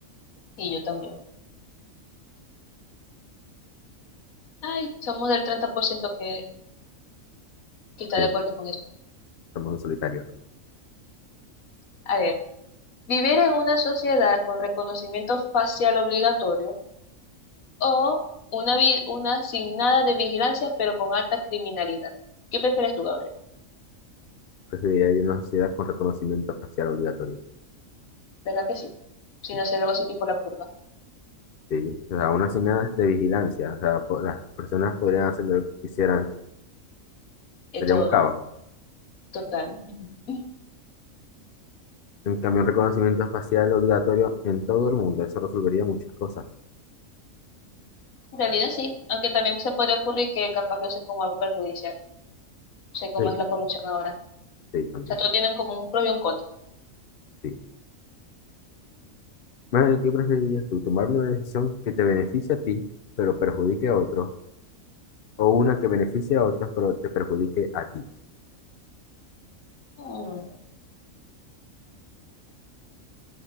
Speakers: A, on the left; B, on the left.
A: Y yo también. Ay, somos del 30% que que está
B: Sí,
A: de acuerdo con eso.
B: somos los solitarios.
A: A ver, vivir en una sociedad con reconocimiento facial obligatorio o una, vi- una sin nada de vigilancia pero con alta criminalidad. ¿Qué prefieres tú, Gabriel?
B: Preferiría vivir en una sociedad con reconocimiento facial obligatorio.
A: ¿Verdad que sí? Sin
B: Sí,
A: hacer algo así tipo la purga.
B: sí. O sea, una nada de vigilancia. O sea, po- las personas podrían hacer lo que quisieran.
A: De
B: Sería
A: todo,
B: un caos.
A: total. En
B: En cambio, un reconocimiento facial obligatorio en todo el mundo. Eso resolvería muchas cosas.
A: realidad sí, aunque también se puede ocurrir que capaz lo hacen como algo perjudicial. No Sé cómo
B: Sí,
A: es la corrupción ahora.
B: sí, también.
A: O sea, todos tienen como un pro y un contra.
B: Sí. Bueno, ¿y ¿qué preferirías tú? ¿Tomar una decisión que te beneficie a ti, pero perjudique a otros? o una que beneficie a otros, pero te perjudique a ti.
A: Mm.